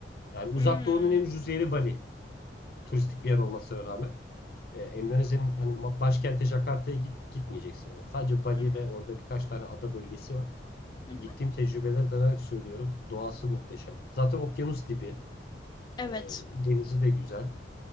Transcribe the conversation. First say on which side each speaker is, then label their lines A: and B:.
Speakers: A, on the left; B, on the left.
A: Yani
B: Hmm.
A: Uzak Doğu'nun en ucuz yeri Bali. Turistik bir yer olmasına rağmen. Ee, Endonezya'nın hani başkenti Jakarta'ya git, gitmeyeceksin ama. Sadece Bali
B: Hı hı,
A: ve orada birkaç tane ada bölgesi var.
B: hı
A: E,
B: hı.
A: Gittiğim tecrübeleri dayanarak söylüyorum. Doğası muhteşem. Zaten okyanus dibi.
B: Evet.
A: E, denizi de güzel.